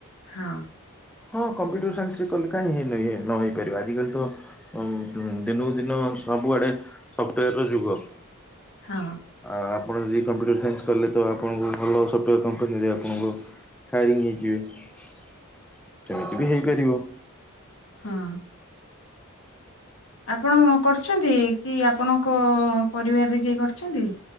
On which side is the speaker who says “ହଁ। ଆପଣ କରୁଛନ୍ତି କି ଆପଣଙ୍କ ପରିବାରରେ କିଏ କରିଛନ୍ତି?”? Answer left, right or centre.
Left